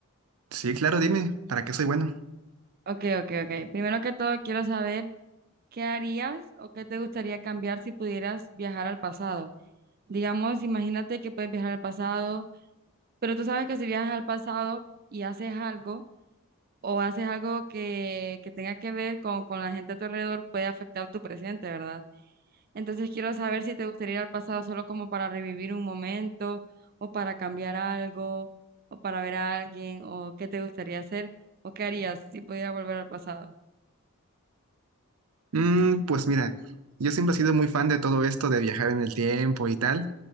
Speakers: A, on the right; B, on the right.
A: Sí, claro, dime, ¿para qué soy bueno?
B: Ok, ok, ok. Primero que todo quiero saber qué harías o qué te gustaría cambiar si pudieras viajar al pasado. Digamos, imagínate que puedes viajar al pasado, pero tú sabes que si viajas al pasado y haces algo o haces algo que, que tenga que ver con, con la gente a tu alrededor, puede afectar tu presente, ¿verdad? Entonces quiero saber si te gustaría ir al pasado solo como para revivir un momento o para cambiar algo o para ver a alguien o qué te gustaría hacer o qué harías si pudiera volver al pasado.
A: Mm, pues mira, yo siempre he sido muy fan de todo esto de viajar en el tiempo y tal.